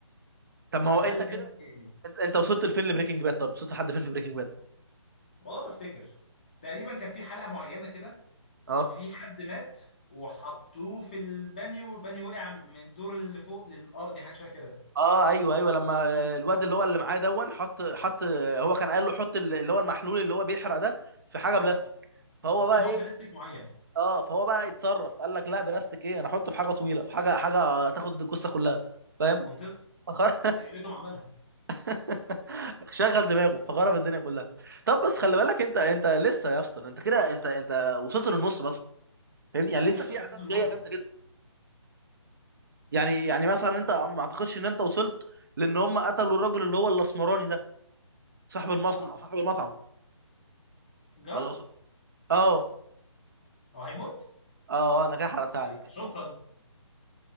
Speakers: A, on the right; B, on the left.
A: طب ما
B: ده
A: هو انت
B: ده اللي
A: كده
B: كان مضايقني
A: انت انت وصلت لفين لبريكنج باد طب وصلت لحد فين في بريكنج باد
B: والله ما افتكر تقريبا كان في حلقه معينه كده
A: اه
B: في حد مات وحطوه في البانيو والبانيو وقع من الدور اللي فوق للارض حاجه شبه كده
A: اه ايوه ايوه لما الواد اللي هو اللي معاه دون حط حط هو كان قال له حط اللي هو المحلول اللي هو بيحرق ده في حاجه
B: اه
A: بلاستيك فهو
B: في
A: بقى
B: نوع
A: ايه
B: بلاستيك معين
A: اه فهو بقى اتصرف قال لك لا بلاستيك ايه انا احطه في حاجه طويله في حاجه حاجه تاخد الجثه كلها فاهم
B: منطقه
A: فخر...
B: يا ريتهم عملها
A: <laughs> شغل دماغه فخرب الدنيا كلها طب بس خلي بالك انت انت لسه يا اسطى انت كده انت انت وصلت للنص مثلا فاهمني يعني
B: ده
A: لسه
B: نص
A: في
B: سيزون
A: احداث جايه
B: 1
A: جامده جدا يعني يعني مثلا انت ما اعتقدش ان انت وصلت لان هم قتلوا الراجل اللي هو الاسمراني ده صاحب المصنع
B: اه
A: صاحب المطعم
B: جاس
A: ولا وصل... اه
B: هو هيموت
A: اه انا كده حرقتها
B: آه،
A: عليك
B: شكرا